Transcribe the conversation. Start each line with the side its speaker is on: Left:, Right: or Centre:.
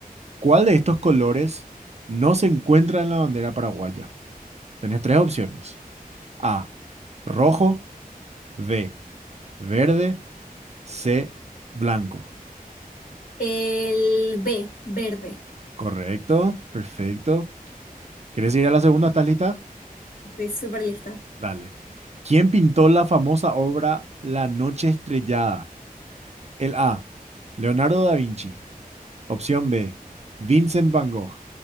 Right: ¿Cuál de estos colores no se encuentra en la bandera paraguaya? Tenés tres opciones. A, rojo, B, verde, C, blanco.
Left: El B, verde.
Right: Correcto, perfecto. ¿Querés ir a la segunda? ¿Estás lista?
Left: Estoy súper lista.
Right: Dale. ¿Quién pintó la famosa obra La Noche Estrellada? El A, Leonardo da Vinci. Opción B, Vincent Van Gogh.